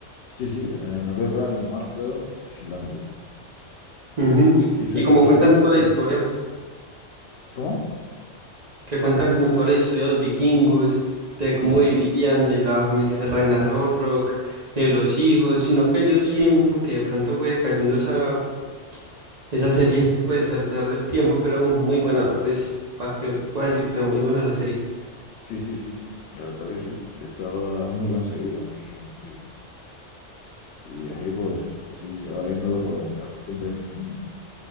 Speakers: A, on the left; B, on the right.
A: Sí, sí, en Noruega, en Dinamarca y Finlandia.
B: Ujú.
A: Y, Sue-
B: Y como
A: y Suecia,
B: cuentan toda
A: Suecia.
B: la historia,
A: ¿Cómo?
B: que cuentan como toda la historia de los vikingos, de
A: Sí,
B: cómo
A: sí,
B: vivían, de la familia de Ragnar Lothbrok de los hijos, sino que yo siento que de pronto fue cayendo esa, esa serie, pues al pasar del tiempo, pero muy buena la, pues, para que voy a decir que no, muy buena la serie.
A: sí, sí, sí, sí, sí. la verdad que sí. Estaba muy conseguida, muy, muy bien. Y así pues, así se va viendo pues, las costumbres que tenían,